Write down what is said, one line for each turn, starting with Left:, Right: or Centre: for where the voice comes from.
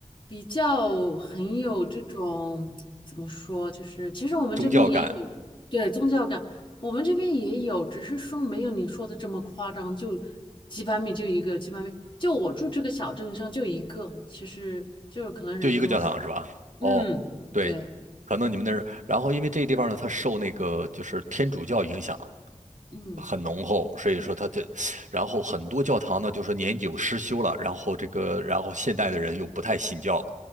Left: 比较很有这种怎么说，就是其实我们这边也有
Right: 宗教感。
Left: 对宗教感，我们这边也有，只是说没有你说的这么夸张，就几百米就一个，几百米就我住这个小镇上就一个，其实就是可能人口少，
Right: 就一个教堂是吧？哦，
Left: 嗯，
Right: 对，
Left: 对，
Right: 可能你们那儿，然后因为这个地方呢，它受那个就是天主教影响
Left: 嗯
Right: 很浓厚，所以说它这，然后很多教堂呢，就说年久失修了，然后这个，然后现代的人又不太信教，